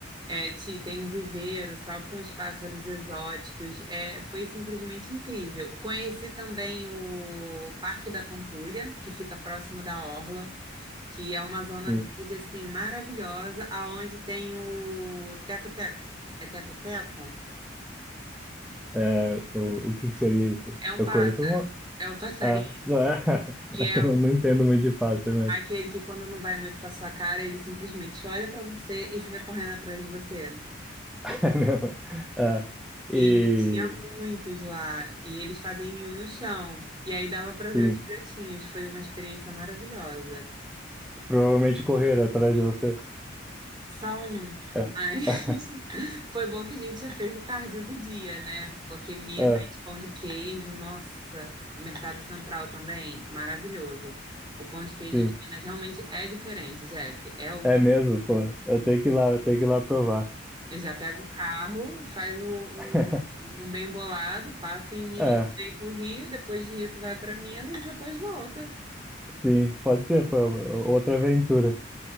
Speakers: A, on the right; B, in the centre.
A: É, ti- tem um viveiro só com os pássaros exóticos. É, foi simplesmente incrível. Conheci também o Parque da Pampulha, que fica próximo da Orla. que é uma zona
B: <laughs> Sim.
A: verde assim maravilhosa, aonde tem o teco-teco. É teco-teco?
B: É, o, o que que seria isso?
A: É um
B: Eu
A: pássaro.
B: conheço alguma...
A: É um passarinho
B: Ah, não, é. <laughs>
A: que
B: Acho
A: é
B: que eu não, não entendo muito de pássaro, mas
A: aquele que quando não vai muito com a sua cara, ele simplesmente olha para você e fica correndo atrás de você.
B: <laughs> é mesmo. É. E,
A: E tinha muitos lá, e eles fazem ninho no chão. E aí dava para
B: sim,
A: ver os filhotinhos. Foi uma experiência maravilhosa.
B: provavelmente correr atrás de você.
A: Só um,
B: É.
A: mas
B: <laughs>
A: <laughs> foi bom que a gente já fez o cardio do dia, né? Porque Minas,
B: É,
A: pão de queijo, nossa, o Mercado Central também, maravilhoso. O pão de queijo
B: sim.
A: de Minas realmente é diferente, Jeff, é outra.
B: É mesmo, pô. Eu tenho que ir lá, eu tenho que ir lá provar.
A: Eu já pego o carro, faz o- um,
B: <laughs>
A: um bem bolado, passa em Minas,
B: É,
A: vem pro Rio, depois de Rio tu vai para Minas e depois volta.
B: sim. Pode ser, pô. Outra aventura.